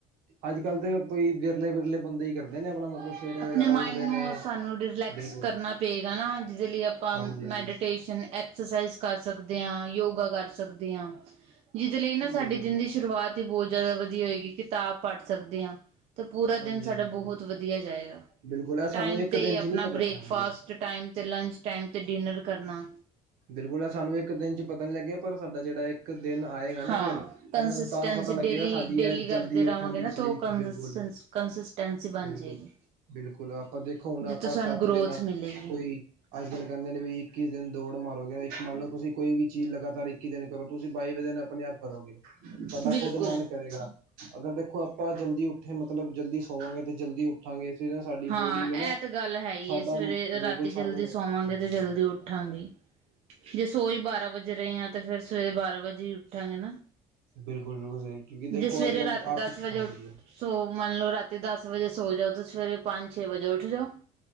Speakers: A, on the right (about 85°); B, on the right (about 45°).
A: ਅੱਜ- ਕੱਲ੍ਹ ਤੇ ਕੋਈ ਵਿਰਲੇ-ਵਿਰਲੇ ਬੰਦੇ ਹੀ ਕਰਦੇ ਨੇ। ਆਪਣਾ ਮਤਲਬ ਸਵੇਰੇ
B: ਆਪਣੇ
A: ਵਗੈਰਾ
B: ਮਾਇੰਡ
A: ਉੱਠਦੇ
B: ਨੂੰ
A: ਨੇ
B: ਅ ਸਾਨੂੰ ਰਿਲੈਕਸ
A: ਬਿਲਕੁਲ
B: ਕਰਨਾ ਪਏਗਾ ਨਾ, ਜਿਹਦੇ ਲਈ ਆਪਾਂ
A: ਹਾਂਜੀ ਹਾਂਜੀ
B: ਮੈਡੀਟੇਸ਼ਨ ਐ ਐਕਸਰਸਾਈਜ਼ ਕਰ ਸਕਦੇ ਆਂ, ਯੋਗਾ ਕਰ ਸਕਦੇ ਆਂ। ਜਿਹਦੇ ਲਈ ਨਾ,
A: ਬਿਲਕੁਲ
B: ਸਾਡੇ ਦਿਨ ਦੀ ਸ਼ੁਰੂਆਤ ਹੀ ਬਹੁਤ ਜ਼ਿਆਦਾ ਵਧੀਆ ਹੋਏਗੀ। ਕਿਤਾਬ ਪੜ੍ਹ ਸਕਦੇ ਆਂ। ਤੇ ਪੂਰਾ
A: ਹਾਂਜੀ
B: ਦਿਨ ਸਾਡਾ
A: ਹਾਂਜੀ
B: ਬਹੁਤ ਵਧੀਆ ਜਾਏਗਾ।
A: ਬਿਲਕੁਲ ਇਹ ਸਾਨੂੰ
B: ਟਾਈਮ
A: ਇੱਕ
B: 'ਤੇ
A: ਦਿਨ
B: ਆਪਣਾ
A: ਚ ਨਹੀਂ ਪਤਾ
B: ਬ੍ਰੇਕਫਾਸਟ
A: ਹਾਂਜੀ
B: ਤੇ ਟਾਈਮ 'ਤੇ ਲੰਚ, ਟਾਈਮ 'ਤੇ ਡਿਨਰ ਕਰਨਾ।
A: ਬਿਲਕੁਲ ਹੈ। ਸਾਨੂੰ ਇੱਕ ਦਿਨ 'ਚ ਪਤਾ ਨੀ ਲੱਗਿਆ ਪਰ ਸਾਡਾ ਜਿਹੜਾ ਐ ਇੱਕ ਦਿਨ ਆਏਗਾ ਨਾ
B: ਹਾਂ
A: ਫਿਰ। ਇੱਕ
B: ਕੰਸਿਸਟੈਂਸੀ
A: ਦਿਨ ਤਾਂ ਪਤਾ ਲੱਗੇਗਾ,
B: ਡੇਲੀ
A: ਸਾਡੀ
B: ਡੇਲੀ
A: ਐ ਜ਼ਲਦੀ
B: ਕਰਦੇ
A: ਉੱਠਣ
B: ਰਵਾਂਗੇ
A: ਦੀ
B: ਨਾ ਤਾਂ
A: ਸਲੀਪ
B: ਉਹ ਕੰਸਿਸਟੈਂਸ
A: ਬਿਲਕੁਲ
B: ਕੰਸਿਸਟੈਂਸੀ ਬਣ
A: ਬਿਲਕੁਲ।
B: ਜਾਏਗੀ
A: ਬਿਲਕੁਲ, ਆਪਾਂ ਦੇਖੋਂ ਹੁਣ
B: ਜਿੱਥੋਂ
A: ਆਪਾਂ
B: ਸਾਨੂੰ
A: ਸੱਤ
B: ਗਰੋਥ
A: ਦਿਨ
B: ਮਿਲੇਗੀ
A: ਕੋਈ ਅੱਜ -ਕੱਲ ਕਹਿੰਦੇ ਨੇ ਵੀ -ਇੱਕੀ ਦਿਨ ਦੌੜ ਮਾਰੋਗੇ। ਇੱਕ ਮੰਨ ਲੋ ਤੁਸੀਂ ਕੋਈ ਵੀ ਚੀਜ਼ ਲਗਾਤਾਰ ਇੱਕੀ ਦਿਨ ਕਰੋ ਤੁਸੀਂ ' <unintelligible> ' ਆਪਣੇ ਆਪ ਕਰੋਗੇ। ਥੋਡਾ
B: ਬਿਲਕੁਲ
A: ਖ਼ੁਦ ਮਨ ਕਰੇਗਾ। ਅਗਰ ਦੇਖੋਂ ਆਪਾਂ ਜਲਦੀ ਉੱਠੇ, ਮਤਲਬ ਜਲਦੀ ਸੌਵਾਂਗੇ ਤੇ ਜਲਦੀ ਉੱਠਾਂਗੇ ਤੇ ਸਾਡੀ
B: ਹਾਂ
A: ਬੌਡੀ ਵੀ ਨਾ
B: ਇਹ ਤਾਂ ਗੱਲ ਹੈ ਹੀ
A: ਸਾਡਾ
B: ਏ। ਸਵੇਰੇ ਰਾਤੀ
A: ਬਿਲ ਸਾਨੂੰ,
B: ਜਲਦੀ ਸੋਵਾਂਗੇ
A: ਹਾਂਜੀ।
B: ਤੇ ਜਲਦੀ ਉੱਠਾਂਗੇ। ਜੇ ਸੌਂ ਹੀ ਬਾਰਾਂ ਵਜੇ ਰਹੇ ਆਂ, ਤੇ ਫਿਰ ਸਵੇਰੇ ਬਾਰਾਂ ਵਜੇ ਹੀ ਉੱਠਾਂਗੇ ਨਾ।
A: ਬਿਲਕੁਲ-ਬਿਲਕੁਲ ਸਹੀ। ਕਿਉਂਕਿ ਦੇਖੋਂ
B: ਜੇ ਸਵੇਰੇ
A: ਅੱਜ- ਕੱਲ੍ਹ'
B: ਰਾਤੀ
A: ਅੱਠ,
B: ਦਸ ਵਜੇ
A: ਹਾਂਜੀ।
B: ਉਠ ਸੋ, ਮੰਨ ਲੋ ਰਾਤੀ ਦਸ ਵਜੇ ਸੌਂ ਜਾਓ ਤੇ ਸਵੇਰੇ ਪੰਜ-ਛੇ ਵਜੇ ਉੱਠ ਜੋ।